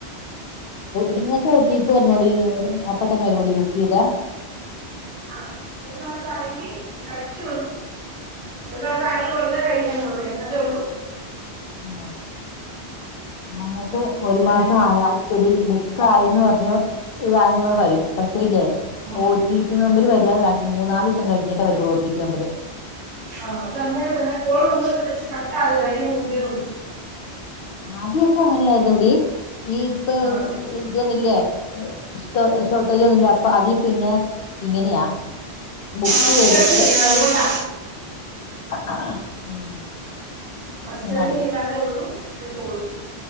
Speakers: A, on the left; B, on the right.
A: നിങ്ങക്ക ഒ ടീ പി പറരഞ്ഞോടി അപ്പത്തന് വരെ ഓടി ബക്ക് ചെയ്താ
B: ആ മാസ ഒരു മാസ ആയാലും കഴിക്കൻൂ എന്നാല
A: ആ ഞങ്ങക്ക് ഒരു
B: അല്ലെങ്കിൽ
A: മാസ ആയാലും ശരി ആയന്ന് പറഞ്ഞു ഇതായെന്ന് പറഞ്ഞ വരും പക്ഷേ ഇല്ലേ
B: ഉം,
A: ഓ ടി പി മമ്പര്
B: ഒറ്റി
A: വര മൂന്ന നാല് ദിവസം കഴിഞ്ഞിട്ടാ വരൂളൂ ഒ ടി പി മമ്പര്
B: ആഹന്തെ കൊള വെച്ച് കട്ട അതിന് മുമ്പേ ഒ
A: ആദ്യൊക്കെ അങ്ങനെയായിരുന്നു ടി ഈ ഇപ്പൊ
B: ആ
A: ഇതൊന്നല്ലേ ഷോട്ട് ഷോർട്ടേജ് വന്നിട്ടില്ല അപ്പൊ അതിൽ പിന്നെ ഇങ്ങനെയാ ബുക്ക്
B: മസ്റ്ററിങ്
A: ചെയ്തിട്ട്
B: ചെയ്യണം അതുകൊണ്ടാ
A: ഉം <unintelligible>
B: ഫസ്റ്റ്റ
A: ഇങ്ങനെ
B: ചെയഴ്താലേ ഉള്ളൂ ഇട്ടോള്ളു